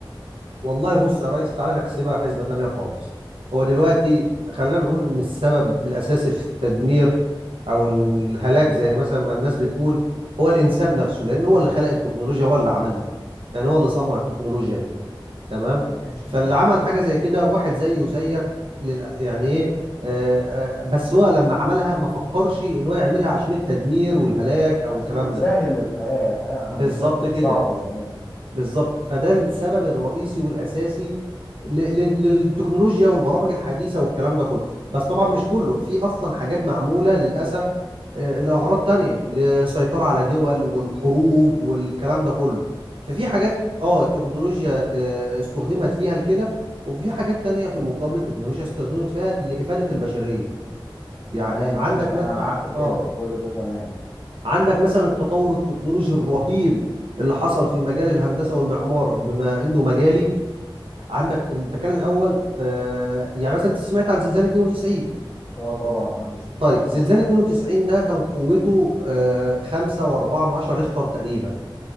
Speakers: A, on the right (about 85°); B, on the left (about 30°).
A: والله بص يا ريس تعالى نحسبها حسبة تانية خالص هو دلوقتي خلينا نقول ان السبب الاساسي في التدمير او الهلاك زي مثلا ما الناس بتقول هو الانسان نفسه لان هو اللي خلق التكنولوجيا هو اللي عملها يعني هو اللي صنع التكنولوجيا دي تمام
B: ماشي
A: فاللي
B: ما
A: عمل حاجة زي كده واحد زيه وزيك لل... يعني ايه آه، آه، بس هو لما عملها ما فكرش ان هو يعملها عشان التدمير والهلاك او
B: عشان
A: الكلام
B: يسهل
A: ده
B: الحياه الحياه
A: بالظبط
B: عامه كانت
A: كده
B: صعبه زمان
A: بالظبط فده السبب الرئيسي والاساسي ل- ل- للتكنولوجيا والبرامج الحديثه والكلام ده كله بس طبعا مش كله في اصلا حاجات معموله للاسف آه، لاغراض تانية للسيطره على دول والحروب والكلام ده كله ففي حاجات اه التكنولوجيا آه، استخدمت فيها لكده وفي حاجات تانية في المقابل التكنولوجيا استخدمت فيها لإفادة البشرية يعني
B: تمام ماشي
A: عندك م...
B: انا معاك
A: ع-
B: في كده
A: اه
B: كل ده تمام
A: عندك مثلا التطور التكنولوجي الرهيب اللي حصل في مجال الهندسه والمعمار بما انه مجالي عندك انت كان الاول آه، يعني مثلا انت سمعت عن زلزال 92
B: اه طبعا ما حدش
A: طيب
B: ما سمعش
A: زلزال
B: عنه
A: 92 ده كان قوته آه، 5.4 من 10 ريختر تقريبا